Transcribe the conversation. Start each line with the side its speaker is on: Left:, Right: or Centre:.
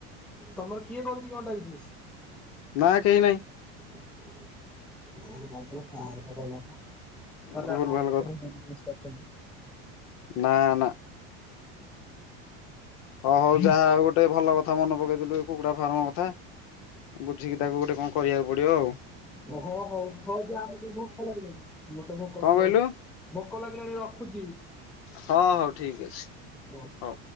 Centre: ତମର କିଏ କରୁଚି କି ଅଣ୍ଡା ବିଜନେସ୍?
Left: ନାଁ କେହି ନାହିଁ।
Centre: <unintelligible> ମତେ ଆପଣ <unintelligible>
Left: ଭୁଲ ଭାଲ
Centre: କରୁଚନ୍ତି।
Left: ନା-ନା। ହ ହଉ ଯାହା ହଉ ଗୋଟେ ଭଲ କଥା ମନେ ପକେଇଦେଲୁ ଏଇ କୁକୁଡା ଫାର୍ମ କଥା, ବୁଝିକି ତାକୁ ଗୋଟେ କଣ କରିଆକୁ ପଡିବ ଆଉ।
Centre: ଓ ହଁ ହଉ ଯା ମତେ ଭୋକ ଲାଗିଲାଣି ମତେ ଭୋକ
Left: କଣ
Centre: <unintelligible>
Left: କହିଲୁ
Centre: ଭୋକ ଲାଗିଲାଣି ରଖୁଚି।
Left: ହଁ ହଉ ଠିକ୍ ଅଛି।
Centre: ହଁ
Left: ହଉ।